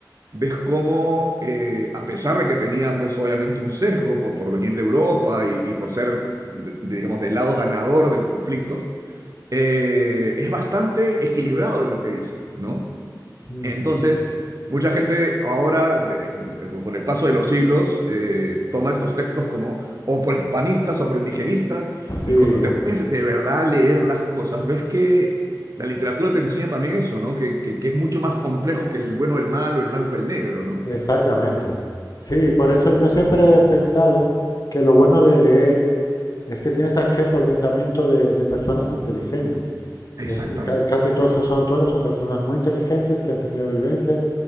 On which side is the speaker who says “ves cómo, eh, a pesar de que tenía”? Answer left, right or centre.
Right